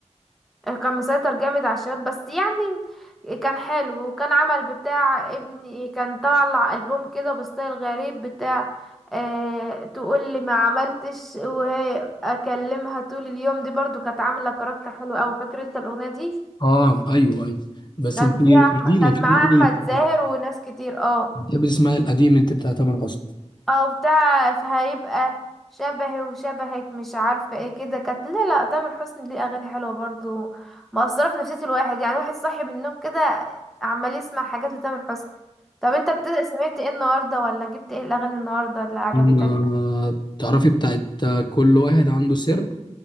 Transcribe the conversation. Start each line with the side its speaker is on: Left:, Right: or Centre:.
Centre: آه، كان مسيطر جامد على الشباب بس يعني كان حلو وكان عمل بتاع ابني كان طالع ألبوم كده بستايل غريب بتاع أه تقول لي ما عملتش وهي اكلمها طول اليوم دي برضو كانت عامله كاركتر حلو قوي فاكر انت الاغنيه دي
Left: اه ايوه ايوه بس
Centre: كان
Left: انت
Centre: فيها احمد
Left: قديمه
Centre: كان
Left: كده
Centre: معاه
Left: قوي
Centre: احمد زاهر وناس كتير اه
Left: بتحبي تسمعي القديم انت بتاع تامر حسني
Centre: او بتاع فهيبقى شبهي وشبهك مش عارفه ايه كده كانت لا لا تامر حسني ليه اغاني حلوه برضو مأثره في نفسيه الواحد يعني واحد صاحي من النوم كده عمال يسمع حاجات لتامر حسني طب انت بت... سمعت ايه النهارده ولا جبت ايه الاغاني النهارده اللي عجبتك
Left: أنا تعرفي بتاعت كل واحد عنده سر